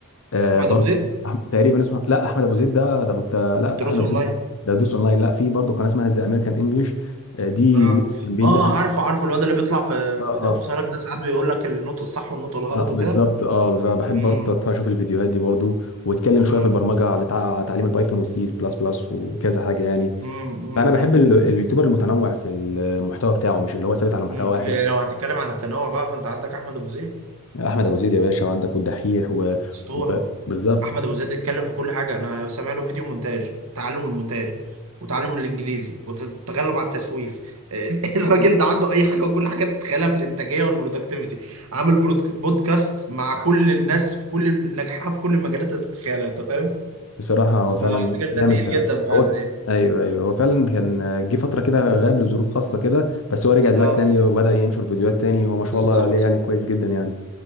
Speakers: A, on the left; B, on the right.
A: آه
B: احمد
A: برضو
B: ابو زيد
A: أح- تقريبا اسمه لا احمد ابو زيد ده ده بت... لا
B: الدروس
A: ده احمد ابو
B: اونلاين
A: زيد ده ده دوس اونلاين لا في برضو قناه اسمها ذا امريكان انجلش دي
B: اه
A: بي... كان بينزل
B: اه
A: عليه
B: عارفه عارفه الواد اللي بيطلع في
A: اه
B: فيديوهات
A: اه
B: قصيره كده ساعات بيقول لك النطق الصح والنطق الغلط
A: اه بالظبط
B: وكده
A: اه فبحب
B: أمم،
A: برضه أتف- اشوف الفيديوهات دي برضه واتكلم
B: أمم،
A: شويه في البرمجه عن تع- تعليم البايثون والسي بلس بلس وكذا حاجه يعني
B: أمم،
A: فانا
B: أمم،
A: بحب ال- اليوتيوبر المتنوع في المحتوى بتاعه مش اللي هو ثابت على محتوى
B: أمم.
A: واحد
B: إيه، لو هتتكلم عن التنوع بقى فانت عندك احمد ابو زيد
A: احمد ابو زيد يا باشا وعندك والدحيح و...
B: اسطوره
A: و... بالظبط
B: احمد ابو زيد اتكلم في كل حاجه انا سامع له فيديو مونتاج تعلم المونتاج وتعلم الانجليزي والتغلب على التسويف <laughs> الراجل ده عنده اي حاجه وكل حاجه تتخيلها في الانتاجيه والبرودكتيفيتي عامل برود- بودكاست مع كل الناس في كل الناجحه في كل المجالات اللي تتخيلها انت فاهم
A: بصراحه هو
B: فالراجل
A: فعلا جامد
B: ده تقيل
A: فعلا
B: جدا فعلا
A: هو
B: يعني
A: ايوه ايوه هو فعلا كان جه فتره كده غاب لظروف خاصه كده بس هو رجع دلوقتي
B: اه
A: تاني وبدا ينشر فيديوهات تاني وما
B: بالظبط
A: شاء الله عليه يعني كويس جدا يعني